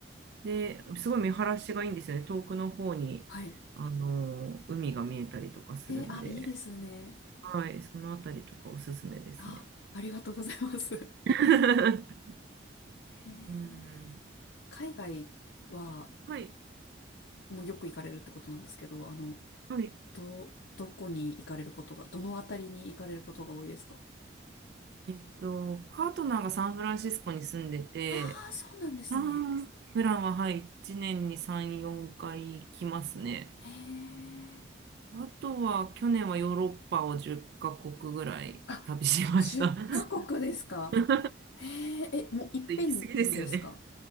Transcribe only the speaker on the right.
で、すごい見晴らしがいいんですよね。遠くの方に、
あの、海が見えたりとかするんで、
はい、そのあたりとかおすすめですね。
<laughs>
うん。
はい、
はい。
えっと、パートナーがサンフランシスコに住んでて、
ああ、普段は、はい、1年に3、4回来ますね。
あとは、去年はヨーロッパを10カ国ぐらい旅しました。
<laughs> ちょっ
と行き過ぎですよね。